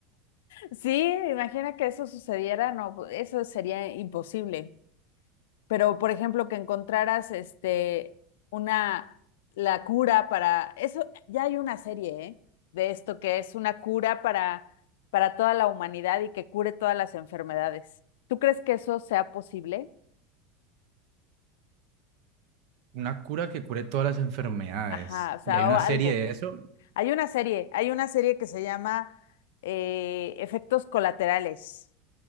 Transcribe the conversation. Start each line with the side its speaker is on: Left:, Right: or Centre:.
Left: Sí, imagina que eso sucediera, no, eso sería imposible. Pero, por ejemplo, que encontraras este una la cura para eso, ya hay una serie, ¿eh? de esto que es una cura para para toda la humanidad y que cure todas las enfermedades. ¿Tú crees que eso sea posible?
Right: Una cura que cure todas las enfermedades.
Left: Ajá, o sea,
Right: Y hay una
Left: o algo.
Right: serie de eso.
Left: Hay una serie, hay una serie que se llama eh, Efectos Colaterales